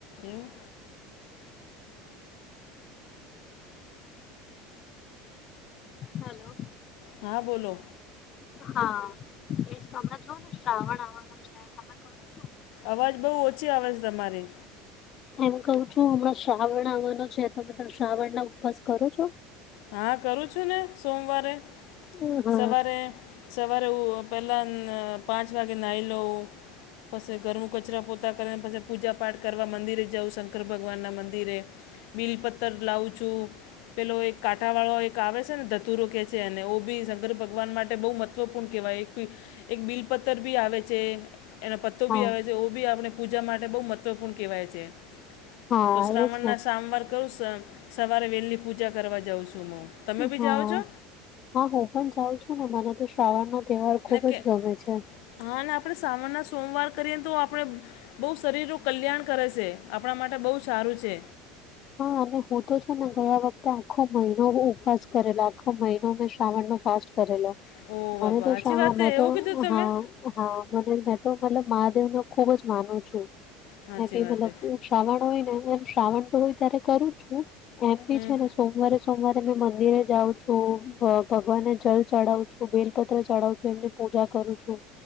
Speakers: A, on the left; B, on the left.
A: એવું
B: હલો હેલો
A: હા બોલો
B: હા એજમે જો ને શ્રાવણ આવવાનું છે તમે કરો.
A: અવાજ બહુ ઓછી અવાજ તમારી
B: એમ કહું છું હમણાં શ્રાવણ આવાનો છે શ્રાવણ ના ઉપવાસ કરો છો?
A: હા કરું છું ને સોમવારે
B: હા
A: સવારે સવારે હ પેલા પાંચ વાગે નાહી લોઉં પ ગરમું કચરા પોતે તા કરીને પછી પૂજા પાઠ કરવા મંદિરે જવું શંકર ભગવાનના મંદિરે બિલ પથર લાવું છું પેલો એક કાંઠાવાળો એક આવે છે ને ધતુરો કેહે છે અનેને ઓ બી શંકર ભગવાન માટે બહુ મહત્વપૂર્ણ કહેવાય એકી એક બિલ પથર ભી આવે છે. એનો પત્તો
B: હા
A: બી આવે છે ઓ બી આપણે પૂજા માટે બહુ મહત્ત્વપૂર્ણ કહેવાય છે.
B: હા
A: તો શ્રાવણના
B: એજ ને
A: સામવાર કું સવારે વહેલીલી પૂજા કરવા જાઉં છું હું. તમે બી
B: હા
A: જાઓ છો
B: હા હું પણ જાઉં છું ને મને તો શ્રાવણનો તહેવાર ખૂબ
A: ને કે
B: જ ગમે છે.
A: હા અને આપડણે સાવણના સોમવાર કરીએ તો આપડણે બહુ શરીરનું કલ્યાણ કરે છે આપણા માટે બહુ સારું છે.
B: હા અને હું તો છે ને ગયા વખતે આખો મહિનો ઉપવાસ કરેલો આખો મહિનો મેં શ્રાવણનો ફ કરેલો
A: ઓ
B: મને
A: બાપા
B: તો
A: સાચી
B: શા
A: વાત છે.
B: મે
A: એવું
B: તો
A: કીધું તમે
B: હા હા મને મે તો લબ મહાદેવને ખુબ જ માનું છું
A: સાચી
B: મે બી
A: વાત
B: મતલબ
A: છે.
B: શ્રાવણ હોય ને એમ શ્રાવણ તો હોય ત્યારે કરું છું એમ બી
A: હમ
B: છે ને સોમવારે સોમવારે મે મંદિરે જાઉં છું ભગવાનને જળ ચડાવું છું બ બેલપત્ર ચડાવું છું એમને પૂજા કરું છું